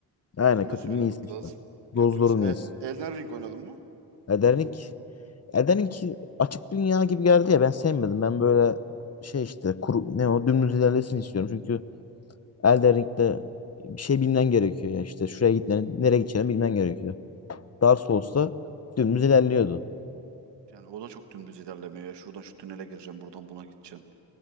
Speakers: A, on the left; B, on the right.
A: Aynen
B: Öyle
A: kötünün
B: söylemek
A: iyisi işte.
B: lazım. Kötünüz.
A: Dozların
B: E,
A: iyisi.
B: Elden Ring oynadın mı?
A: Elden Ring, Elden Ring açık dünya gibi geldi ya ben sevmedim. Ben böyle şey işte kuru, ne o dümdüz ilerlesin istiyorum. Çünkü Elden Ring'de bir şey bilmen gerekiyor ya işte şuraya gitmen nereye gideceğini bilmen gerekiyor. Dark Souls'ta dümdüz ilerliyordu.
B: Yani o da çok dümdüz ilerlemiyor. ya. Şuradan şu tünele gireceksin, buradan buna gideceksin.